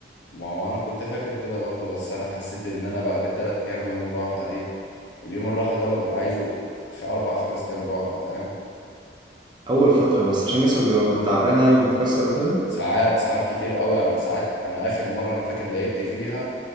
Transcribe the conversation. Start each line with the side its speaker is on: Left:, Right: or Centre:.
Left: ما هو انا كنت فاكر كده برضه بس انا حسيت ان انا بعد التلات ايام ويوم راحة دي اليوم الراحة ده ببقى عايزه خ- اربع خمس ايام راحة فاهم
Right: اول فترة بس عشان جسمك بيبقى تعبان يعني ومتكسر وكده
Left: ساعات ساعات كتير قوي انا ساعات انا اخر مره انا فاكر لعبت فيها